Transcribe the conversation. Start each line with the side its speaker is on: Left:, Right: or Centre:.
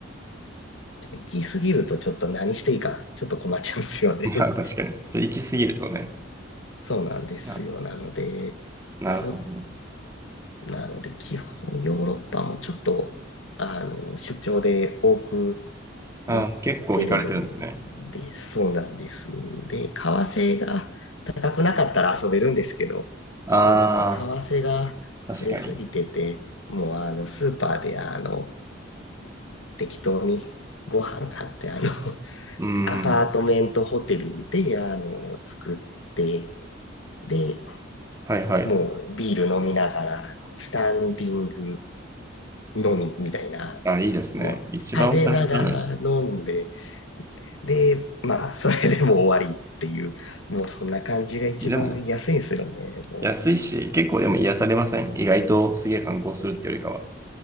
Left: でも行き過ぎるとちょっと何していいかちょっと困っちゃうんですよね。
Right: うん。まあ、確かに。ちょっと行き過ぎるとね。
Left: <laughs> そうなんですよ。
Right: な、
Left: なので、
Right: なるほど。
Left: そう、なので基本ヨーロッパもちょっと、あの、出張で多く
Right: あー、
Left: なってるんで、
Right: 結構行かれてるんですね。
Left: そうなんです。で、為替が高くなかったら遊べるんですけど、
Right: あ
Left: もうちょっと為替が触れすぎてて、
Right: あ、確かに。
Left: もうあの、スーパーであの、適当にご飯買って、あの、<laughs>
Right: うん。
Left: アパートメントホテルで、あの、作って、で、
Right: はいはい。
Left: もうビール飲みながら、あのスタンディング飲みみたいな、
Right: あ、いいですね。
Left: もう食べながら飲んで、
Right: 一番お金かからないし。
Left: で、まあ、それでもう終わりっていう、もうそんな感じが一番安いんですよね、
Right: でも、
Left: もう。
Right: 安いし、結構でも癒されません意外とすげえ観光するってよりかは。